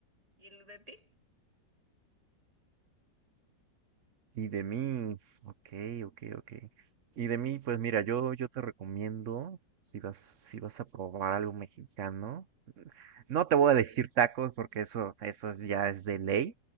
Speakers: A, on the right; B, on the right.
A: ¿Y el de ti?
B: Y de mí, ok, ok, ok. Y de mí, pues mira, yo, yo te recomiendo, si vas, si vas a probar algo mexicano, No te voy a decir tacos porque eso, eso es- ya es de ley.